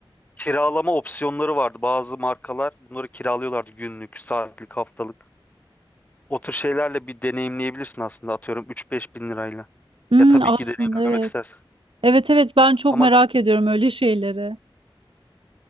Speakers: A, on the left (about 15°); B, on the right (about 75°).
A: kiralama opsiyonları vardı. Bazı markalar bunları kiralıyorlardı günlük, saatlik, haftalık. O tür şeylerle bir deneyimleyebilirsin aslında atıyorum 3-5 bin lirayla.
B: hmm,
A: Ya tabii
B: aslında
A: ki deneyimlemek
B: evet.
A: istersen.
B: Evet evet ben çok
A: Ama
B: merak ediyorum öyle şeyleri.